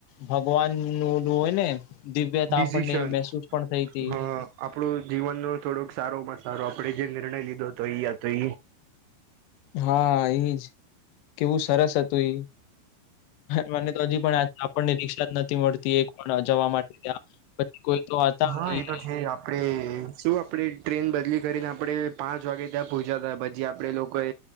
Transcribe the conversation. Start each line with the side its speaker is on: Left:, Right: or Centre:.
Left: ભગવાન નું ઓલું હોય ને દિવ્યતા
Right: ડિસિશન
Left: આપણને મહેસૂસ પણ થઈ હતી.
Right: હા આપણું જીવનનો થોડોક સારોમાં સારો આપણે જે નિર્ણય લીધો હતો એયા તો
Left: હા એઈ જ કેવું સરસ હતું ઈ મને તો હજી પણ આપણને રિકક્ષા જ નથી મળતી એક પણ જવા માટે ત્યાં પછી કોઈ તો હતા
Right: હા
Left: ઈ.
Right: એ તો છે આપ આપણે શું આપણે ટ્રેન બદલી કરીને આપણે પાંચ વાગે ત્યાં પહોંચ્યા હતા પછી આપણેે લોકોએ